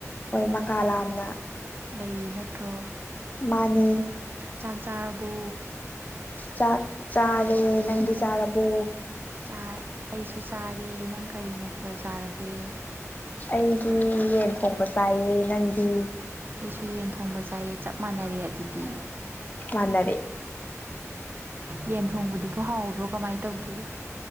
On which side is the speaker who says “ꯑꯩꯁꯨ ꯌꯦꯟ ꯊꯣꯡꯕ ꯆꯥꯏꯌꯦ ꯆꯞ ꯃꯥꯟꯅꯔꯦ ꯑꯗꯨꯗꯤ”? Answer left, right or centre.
Right